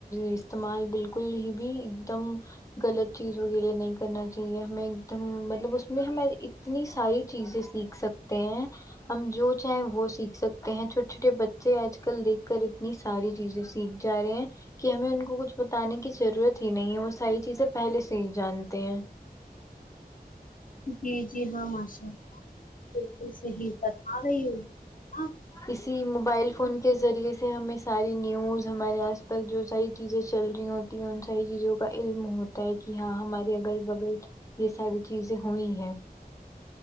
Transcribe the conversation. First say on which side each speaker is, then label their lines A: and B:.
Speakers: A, on the left; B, on the left.
A: استعمال بالکل ہی بھی ایک دم غلط چیزوں کے لیے نہیں کرنا چاہیے ہمیں ایک دم مطلب اس میں ہماری اتنی ساری چیزیں سیکھ سکتے ہیں ہم جو چاہیں وہ سیکھ سکتے ہیں چھ چھوٹے بچے آج کل دیکھ کر اتنی ساری چیزیں سیکھ جا رہے ہیں کہ ہمیں ان کو کچھ بتانے کی ضرورت ہی نہیں ہے وہ ساری چیزیں پہلے سے ہی جانتے ہیں
B: جی جی ہاں ماشاء اللہ بالکل صحیح فرما رہی ہے ہاں
A: اسی موبائل فون کے ذریعے اس سے ہمیں ساری نیوز ہمارے آس پاس جو ساری چیزیں چل رہی ہوتی ہیں ان ساری چیزوں کا علم ہو تا ہے کہ ہاں ہمارے اگل بگل یہ ساری چیزیں ہوئی ہیں